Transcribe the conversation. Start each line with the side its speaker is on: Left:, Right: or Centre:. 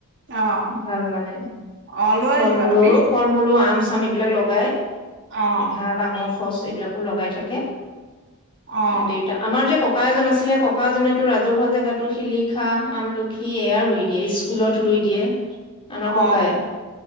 Right: অ
Left: কি ভাল মানে।
Right: অ লৈ
Left: ফল
Right: আহিবা
Left: মূলৰো,
Right: তুমি
Left: ফল মূলো আম। চাম! এই বিলাক লগাই।
Right: অ
Left: এই ভাল নামৰ। খচ, এইবিলাকো লগাই থাকে।
Right: অ
Left: দেউতা আমাৰ যে! ককা এজন আছিলে। ককাাজনেতো ৰাজহুৱা জেগাতো শিলিখা, আমলখি এয়া ৰুই দিয়ে স্কুলত ৰুই দিয়ে। আমাৰ ককাই।
Right: অ